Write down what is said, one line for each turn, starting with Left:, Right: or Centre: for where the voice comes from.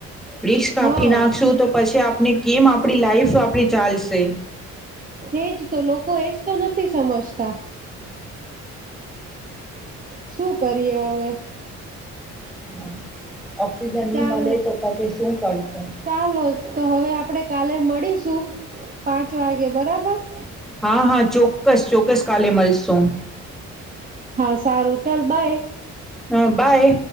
Centre: વૃક્ષ કાપી
Right: હા
Centre: નાખશું તો પછી આપને કેમ આપ આપણી લાઈફ આપણી ચાલશે
Right: એજ તો લોકો એજ તો નથી સમજતા. શું કરીએ અવે?
Centre: <inaudible> ની
Right: ચાલ
Centre: મળે તો પછી શું કરશું?
Right: ચાલો તો હવે આપડે કાલે મળીશ. પાંચ વાગે બરાબર. <unintelligible>
Centre: હા હા ચોક્કસ ચોક્કસ કાલે મલસુ.
Right: હા સારું ચાલ બાય
Centre: હા બાય